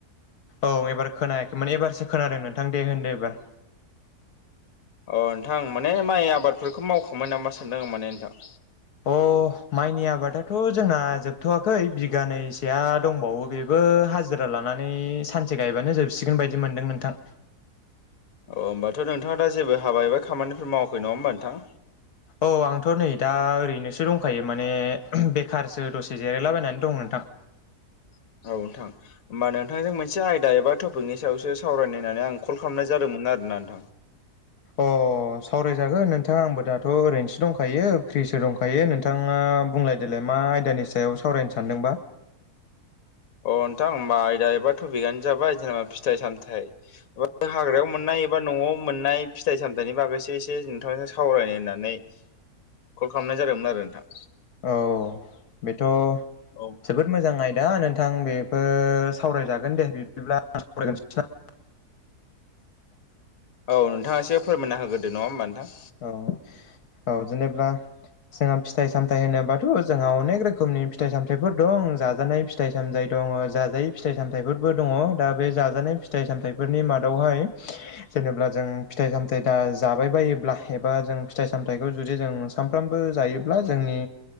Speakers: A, on the left; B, on the left.
A: औ एबार खोनायाखैमोन एबारसो खोनादों नोंथां दे होनदो एबार।
B: अ नोंथां माने माइ आबादफोरखौ मावखौ नामा सानदों माने नोंथां।
A: अह माइनि आबादाथ थ' जोंना जोबथ'वाखै बिघानैसोआ दंबावो बेबो हाजिरा लानानै सानस गायबानो जोबसिगोन बायदि मोन्दों नोंथां।
B: <inaudible> अ होमबाथ' नोंथाङा दा जेबो हाबा एबा खामानिफोर मावाखै नङा होमबा नोंथां?
A: औ आंथ' नै दा ओरैनोसो दंखायो माने बेखारसो दसे जिरायलाबायनानै दं नोंथां।
B: <inaudible> औ नोंथां होमबा नोंथांजों मोनसे आयदा एबा टपिकनि सायावसो सावरायनायनानै आं कल खालामनाय जादोंमोन आरोना नोंथां।
A: अ सावरायजागोन नोंथाङा आंबो दाथ' ओरैनोसो दंखायो फ्रिसो दंखायो नोंथाङा। आ बुंलाय देलाय मा आयदानि सायाव सावरायनो सानदोंबा।
B: <inaudible> अ नोंथां ओमबा आयदा एबा थपिकानो जाबाय जेनेबा फिथाइ सामथाइ एबा हाग्रायाव मोननाय। बा न'आव मोननाय फिथाइ सामथाइनि बागैसो एसे नोंथांजों सावरायनो होननानै। कल खालामनाय जादोंमोन आरो नोंथां।
A: औ बेथ'
B: नोंथां
A: जोबोद मोजां आयदा नोंथां बे। ओ सावरायजागोन दे बिदिब्ला सावराय <unintelligible>
B: औ नोंथाङा एसे फोरमायना होगोरदो नङा होमबा नोंथां?
A: औ औ जेनेब्ला जोंहा फिथाइ सामथाइ होनोबाथ' जोंहा अनेक रोखोमनि फिथाइ सामथाइफोर दं जाजानाय फिथाइ सामथाइ दं दङ जाजायै फिथाइ सामथाइफोरबो दङ दा बे जाजानाय फिथाइ सामथाइफोरनि मादावहाय जेनेबा जों फिथाइ सामथाइ दा जाबाय बायोब्ला। एबा जों फिथाइ सामथाइखौ जुदि जों सानफ्रामबो जायोब्ला जोंनि